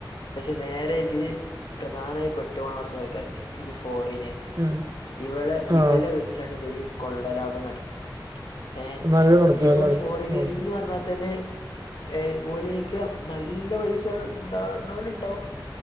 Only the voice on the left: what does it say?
പക്ഷെ നേരെ ഇതില് പ്രധാനായി പെട്ടുപോണ കുറച്ചാൾക്കാരുണ്ട് ഈ ഫോറിനേഴ്സ്
ഇവളെ
ഇവലെ വെച്ചാണ് ഇവര് കൊള്ളലാഭം നടത്തും ഏ
ഇപ്പൊ
ഫോറിനേഴ്സ്ന്ന്
പറഞ്ഞാതന്നെ ഏയ് ഒലെയ്ക്ക നല്ല പൈസയുണ്ടാവുന്നോരുണ്ടാവും